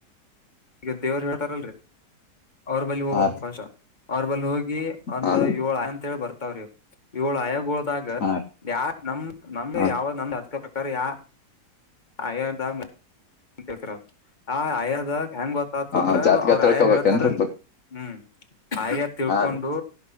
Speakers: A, on the left; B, on the left.
A: ಈಗ ದೇವರು ಹೇಳ್ತಾರಲ್ರಿ, ಅವ್ರ ಬಲ್ಲಿ ಹೋಗಬೇಕ್
B: ಹಾ ರೀ
A: ಫ್ಸ್ಟ್ ಅವ್ರ ಬಲ್ಲಿ ಹೋಗಿ ಒಂದ
B: ಹಾ
A: ಏಳ ಅಂತ ಹೇಳಿ ಬರ್ತಾವ್ರಿ. ಏಳು ಆಯಾಗಳೂದ್ಗ
B: ಹಾ ರೀ
A: ಯ ನಮ್ ನಮ್ಗೆ
B: ಹಾ
A: ಯಾವ್ ನಮಗೆ ಅದಕ ಕರೆ ಯ ಆಯದಾಗ, ಅಂತೇಕ್ರಾವ್ ಆ ಆಯಾದಾಗ ಹೆಂಗ್ ಗೊತ್ತ ಆತ್ದ್ದ್ರ
B: ಹಾ ಜಾತ್ಕ
A: ಅವ್ರ
B: ತಿಳ್ಕೊಬೇಕೇನ್ರಿ
A: ಆಯಾ ಹೇಳ್ತಾರಲ್ಲಿ. ಹ್ಮ್ ಹಆಯಾ ತಿಳ್ಕೊಂಡು,
B: ಹಾ ರೀ